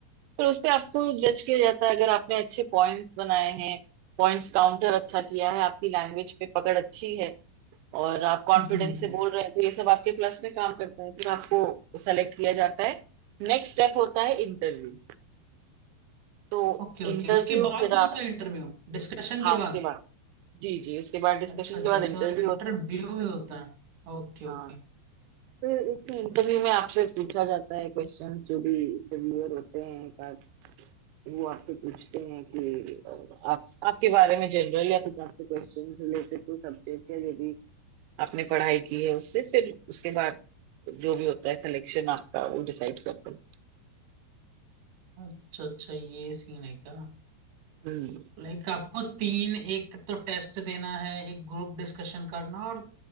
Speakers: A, on the right (about 85°); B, on the right (about 65°).
A: फिर उस पे आपको जज किया जाता है अगर आपने अच्छे पॉइंट्स बनाए हैं पॉइंट्स काउंटर अच्छा किया है आपकी लैंग्वेज पे पकड़ अच्छी है और आप कॉन्फिडेंस
B: हम्म हम्म
A: से बोल रहे हैं तो ये सब आपके प्लस में काम करता है फिर आपको सेलेक्ट किया जाता है नेक्स्ट स्टेप होता है इंटरव्यू तो
B: ओके ओके
A: इंटरव्यू
B: इसके बाद
A: फिर
B: भी होता
A: आप
B: है इंटरव्यू डिस्कशन
A: हाँ
B: के
A: उसके
B: बाद
A: बाद जी जी उसके बाद डिस्कशन
B: अच्छा अच्छा
A: के बाद
B: इसके
A: इंटरव्यू
B: बाद इंटरव्यू
A: होता है
B: भी होता है ओके ओके
A: हाँ फिर इस इंटरव्यू में आपसे पूछा जाता है क्वेश्चन जो भी इंटरव्यूअर होते हैं वो आपसे पूछते हैं कि अ, आप आपके बारे में जनरल या कुछ आपसे क्वेश्चन रिलेटेड टू सब्जेक्ट या जो भी आपने पढ़ाई की है उससे फिर उसके बाद जो भी होता है सिलेक्शन आपका वो डिसाइड करते हैं
B: अच्छा अच्छा ये सीन है क्या
A: हम्म
B: लाइक आपको तीन एक तो टेस्ट देना है एक ग्रुप डिस्कशन करना और